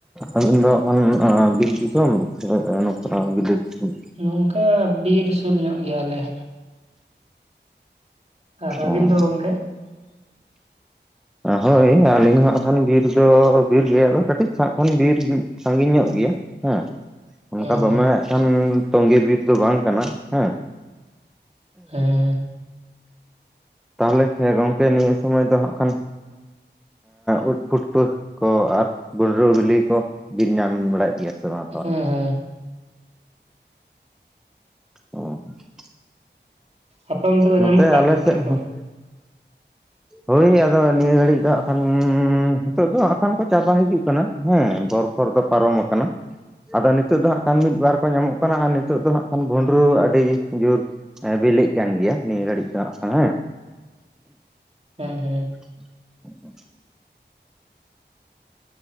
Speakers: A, in the centre; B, on the right.
A: ᱟᱹᱵᱤᱱ ᱫᱚ ᱦᱟᱸᱜ ᱠᱷᱟᱱ ᱵᱤᱨ ᱫᱤᱥᱚᱢ ᱥᱮ ᱱᱚᱝᱠᱟ ᱵᱤᱞᱟᱹᱛ ᱫᱤᱥᱚᱢ
B: ᱱᱚᱝᱠᱟ ᱵᱤᱨ ᱥᱩᱨ ᱧᱚᱜ ᱜᱮᱭᱟᱞᱮ᱾ ᱟᱨ
A: ᱚ
B: ᱟᱹᱵᱤᱱ ᱫᱚ ᱜᱚᱝᱠᱮ <inaudible>
A: ᱦᱳᱭ ᱟᱹᱞᱤᱧ ᱦᱚᱸ ᱦᱟᱸᱜ ᱠᱷᱟᱱ ᱵᱤᱨ ᱫᱚ ᱵᱤᱨ ᱜᱮᱭᱟ ᱟᱫᱚ ᱠᱟᱹᱴᱤᱡ ᱚᱲᱟᱜ ᱠᱷᱟᱱ ᱵᱤᱨ ᱥᱟᱺᱜᱤᱧ ᱧᱚᱜ ᱜᱮᱭᱟ᱾ ᱦᱮᱸ ᱚᱱᱠᱟ
B: ᱦᱮᱸ ᱦᱮᱸ
A: ᱫᱚᱢᱮ ᱦᱟᱸᱜ ᱠᱷᱟᱱ ᱛᱚᱸᱜᱮ ᱵᱤᱨ ᱫᱚ ᱵᱟᱝ ᱠᱟᱱᱟ ᱦᱮᱸ᱾
B: ᱦᱮᱸ ᱦᱮᱸ ᱾
A: ᱛᱟᱦᱚᱞᱮ ᱦᱮᱸ ᱜᱚᱝᱠᱮ ᱱᱤᱭᱟᱹ ᱥᱚᱢᱚᱭ ᱫᱚ ᱦᱜ ᱠᱷᱟᱱ ᱾ ᱩᱫ ᱯᱷᱩᱴᱯᱟᱹ ᱠᱚ ᱟᱨ ᱵᱷᱩᱸᱰᱨᱟᱹ ᱵᱤᱞᱤ ᱠᱚ ᱵᱤᱱ ᱧᱟᱢ ᱵᱟᱲᱟᱭᱮᱫ ᱠᱟᱱᱟ ᱾ ᱜᱮ ᱥᱮ ᱵᱟᱝ ᱛᱟᱦᱚᱞᱮ
B: ᱦᱮᱸ ᱦᱮᱸ
A: ᱚ ᱾
B: ᱟᱯ ᱚᱱᱛᱮ ᱫᱚ
A: ᱱᱚᱛᱮ
B: ᱧᱟᱢᱚᱜ ᱠᱟᱱ
A: ᱟᱞᱮ
B: ᱜᱮᱭᱟ ᱯᱮ
A: ᱥᱮᱫ
B: ᱠᱚ
A: ᱦᱚᱸ
B: ᱾
A: ᱦᱳᱭ ᱟᱫᱚ ᱱᱤᱭᱟᱹ ᱜᱷᱟᱹᱲᱤᱡ ᱫᱚ ᱦᱟᱸᱜ ᱠᱷᱟᱱ ᱱᱤᱛᱚᱜ ᱫᱚᱟᱱ ᱠᱚ ᱪᱟᱵᱟ ᱦᱤᱡᱩᱜ ᱠᱟᱱᱟ ᱦᱮᱸ ᱫᱚᱨ ᱠᱷᱚᱨ ᱫᱚ ᱯᱟᱨᱚᱢ ᱟᱠᱟᱱᱟ ᱾ ᱟᱫᱚ ᱱᱤᱛᱳᱜ ᱫᱚ ᱦᱟᱸᱜ ᱠᱷᱟᱱ ᱢᱤᱫ ᱵᱟᱨ ᱠᱚ ᱧᱟᱢᱚᱜ ᱠᱟᱱᱟ ᱟᱨ ᱱᱤᱛᱳᱜ ᱫᱚ ᱦᱟᱸᱜ ᱠᱷᱟᱱ ᱵᱷᱩᱸᱰᱨᱩ ᱟᱹᱰᱤ ᱡᱳᱨ ᱦᱮᱸ ᱵᱤᱞᱤᱜ ᱠᱟᱱ ᱜᱮᱭᱟ ᱱᱤᱭᱟᱹ ᱜᱷᱟᱹᱲᱤᱡ ᱫᱚ ᱦᱟᱜ ᱠᱷᱟᱱ ᱦᱮᱸ ᱾
B: ᱦᱮᱸ ᱦᱮᱸ ᱾
A: <inaudible>